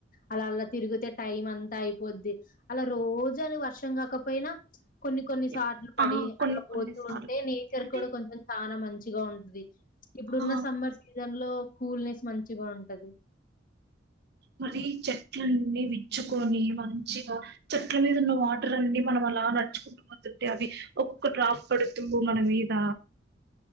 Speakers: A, on the left; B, on the right.
A: అలా అలా తిరుగితే టైం అంతా అయిపోద్ది అలా రోజులు వర్షం రాకపోయినా ప్చ్. కొన్ని కొన్నిసాట్లు
B: ఎప్
A: పడి
B: ఆ! కొన్ని
A: అలా పోతూ
B: కొన్ని సార్లు
A: ఉంటే నేచర్
B: అంటే
A: కూడా కొంచెం చానా మంచి తిగా ఉంటది ఇప్పుడున్న
B: ఆ!
A: సమ్మర్ సీజన్ లో కూల్ నెస్ మంచిగా ఉంటది
B: మరి చెట్లన్నీ విచ్చుకొని మంచిగా చెట్ల మీద ఉన్న వాటర్ అన్ని మనం అలా నడుచుకుంటూ పోతుంటే అవి ఒక్కొక్క డ్రాప్ పడుతుంది మన మీద